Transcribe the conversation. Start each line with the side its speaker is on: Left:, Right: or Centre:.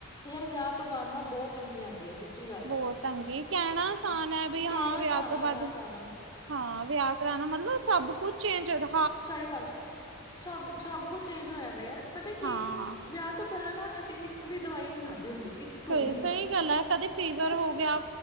Left: ਯਾਰ ਵਿਆਹ ਤੋਂ ਬਾਅਦ ਨਾ ਬਹੁਤ ਤੰਗੀ ਆਉਂਦੀ ਹੈ ਸੱਚੀ ਗੱਲ
Right: ਬਹੁਤ
Left: ਆ
Right: ਤੰਗੀ ਕਹਿਣਾ ਆਸਾਨ ਹੈ ਬਈ ਹਾਂ
Left: ਕਹਿਣਾ
Right: ਵਿਆਹ
Left: ਸਹਾਣਾ
Right: ਤੋਂ ਬਾਅਦ
Left: ਕਰ ਲਓ
Right: ਹਾਂ ਵਿਆਹ ਕਰਾਉਣਾ ਮਤਲਬ ਸਭ ਕੁਛ ਚੇਂਜ ਉਹਦਾ
Left: ਸਈ ਗੱਲ ਐ, ਸਬ, ਸਬ ਕੁਛ ਚੇਂਜ ਹੋ ਜਾਂਦਾ ਯਾਰ, ਪਤਾ ਕੀ
Right: ਹਾਂ
Left: ਵਿਆ ਤੋਂ ਪੈਲਾਂ ਨਾ, ਅਸੀਂ ਇੱਕ ਵੀ ਦਵਾਈ ਨੀ ਖਾਦੀ ਹੁੰਦੀ ਇੱਕ
Right: ਕਈ,
Left: ਵੀ
Right: ਸਈ ਗੱਲ ਐ, ਕਦੇ ਫੀਵਰ
Left: ਤੇ
Right: ਹੋ ਗੇਆ